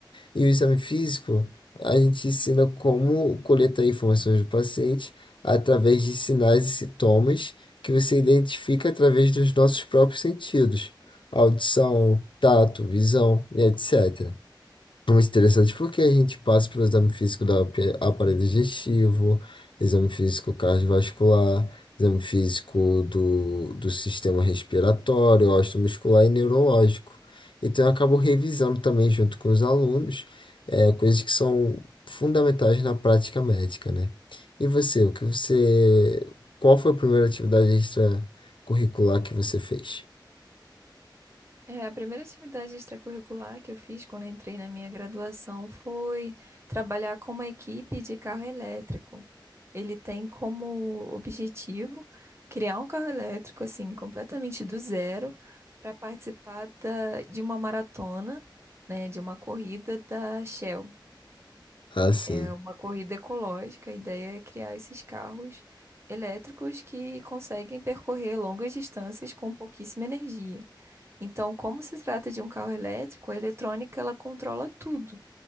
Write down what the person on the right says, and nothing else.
É, a primeira atividade extracurricular que eu fiz quando eu entrei na minha graduação foi trabalhar com uma equipe de carro elétrico. Ele tem como objetivo criar um carro elétrico, assim, completamente do zero, para participar da- de uma maratona, né, de uma corrida da Shell.
É uma corrida ecológica. A ideia é criar esses carros elétricos que conseguem percorrer longas distâncias com pouquíssima energia. Então, como se trata de um carro elétrico, a eletrônica ela controla tudo.